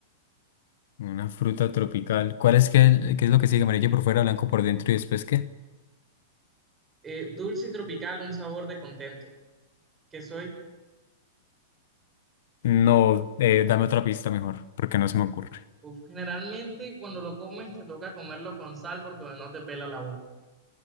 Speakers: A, on the left; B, on the right.
A: una fruta tropical. ¿Cuál es que, qué es lo que sigue? Amarillo por fuera, blanco por dentro y después qué?
B: Eh, dulce y tropical, un sabor de contento. ¿Qué soy?
A: No, eh, dame otra pista mejor, porque no se me ocurre.
B: Uf, generalmente cuando lo comes te toca comerlo con sal porque no te pela la boca.